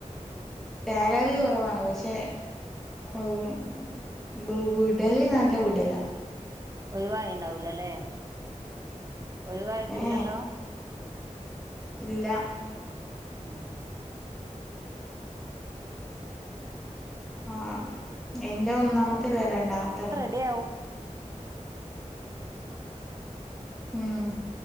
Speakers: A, in the centre; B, on the right (about 25°).
A: സാലറി കുറവാണ് പക്ഷെ ഉം വു വുടൽ നല്ല വുടല
B: ഒഴിവായിണ്ടാവൂലാ ല്ലേ ഒഴിവായിട്ടില്ലല്ലോ
A: ഏ ഇല്ല
B: ഉം
A: ആഹ് എന്റെ ഒന്നാമത്തെല്ലേ രണ്ടാമ്
B: റെഡി ആവും
A: ഉം